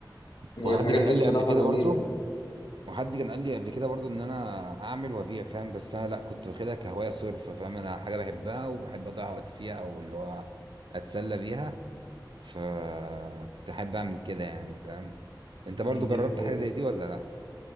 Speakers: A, on the left (about 80°); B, on the right (about 75°).
A: هي
B: وحد
A: الحاجات
B: كان
A: دي
B: قال
A: بصراحة
B: لي قبل كده
A: جميلة
B: برضو وحد كان قال لي قبل كده برضو ان انا اعمل وابيع فاهم بس انا لا كنت واخدها كهوايه صرف فاهم انا حاجه بحبها وبحب اضيع وقت فيها او اللي هو اتسلى بيها فكنت احب اعمل كده يعني فاهم انت برضو
A: يعني دي
B: جربت
A: حقيقة
B: حاجه زي دي ولا لا